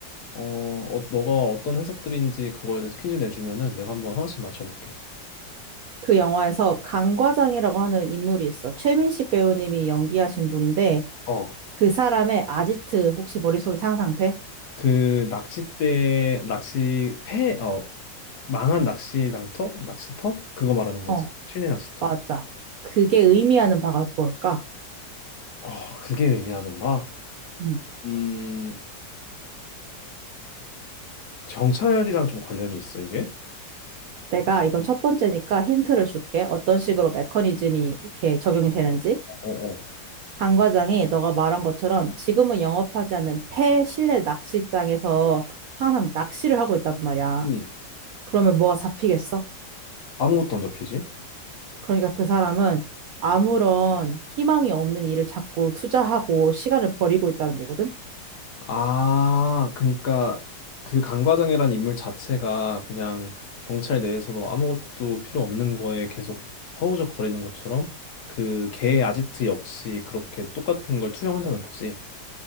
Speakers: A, on the left; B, on the right.
A: 어, 어 너가 어떤 해석들인지 그거에 대해서 퀴즈 내주면은 내가 한번 하나씩 맞춰볼게.
B: 그 영화에서 강 과장이라고 하는 인물이 있어. 최민식 배우님이 연기하신 분인데,
A: 어.
B: 그 사람의 아지트 혹시 머릿속에 상상돼?
A: 그 낚싯대 낚시 폐 어 망한 낚시 장터 낚시터 그거 말하는 거지.
B: 어,
A: 실내 낚시터.
B: 맞아. 그게 의미하는 바가 뭘까?
A: 어, 그게 의미하는 바?
B: 음.
A: 음. 경찰이랑 좀 관련이 있어, 이게?
B: 내가 이건 첫 번째니까 힌트를 줄게. 어떤 식으로 메커니즘이 이렇게 적용이 되는지.
A: 어, 어.
B: 강 과장이 너가 말한 것처럼 지금은 영업하지 않는 폐실내 낚시장에서 항상 낚시를 하고 있단 말이야.
A: 응.
B: 그러면 뭐가 잡히겠어?
A: 아무것도 안 잡히지
B: 그러니까 그 사람은 아무런 희망이 없는 일을 자꾸 투자하고 시간을 버리고 있다는 거거든.
A: 아, 그러니까 그 강과장이란 인물 자체가 그냥 경찰 내에서도 아무것도 필요 없는 거에 계속 허우적거리는 것처럼 그 개의 아지트 역시 그렇게 똑같은 걸 투영한다는 거지.